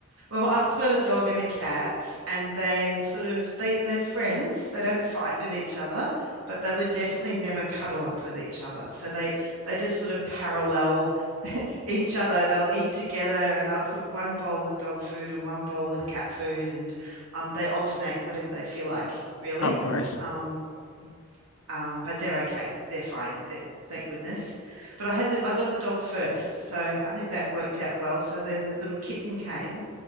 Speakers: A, on the right; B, on the left.
A: Well, I've got a dog and a cat, and they sort of they they're friends. They don't fight with each other, but they would definitely never cuddle up with each other. So they they just sort of parallel <laughs> each other. They'll eat together, and I'll put one bowl with dog food and one bowl with cat food, and um they alternate whatever they feel like, really.
B: oh, of course,
A: Um, um, but they're okay. They're fine. They're, thank goodness. But I had the I got the dog first, so I think that worked out well. So then the little kitten came